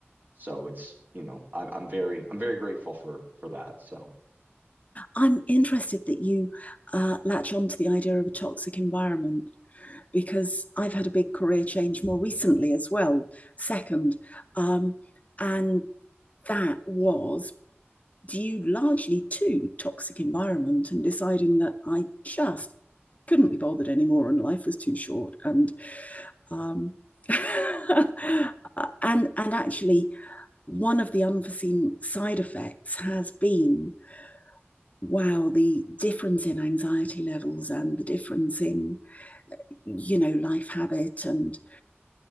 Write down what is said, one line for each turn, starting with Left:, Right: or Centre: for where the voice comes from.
Right: so it's, you know, I, I'm very I'm very grateful for for that. So
Left: i'm interested that you uh, latch on to the idea of a toxic environment because I've had a big career change more recently as well, second. Um, and that was due largely to toxic environment and deciding that I just couldn't be bothered anymore and life was too short. And um, <laughs> and and actually one of the unforeseen side effects has been wow the difference in anxiety levels and the difference in you know life habit and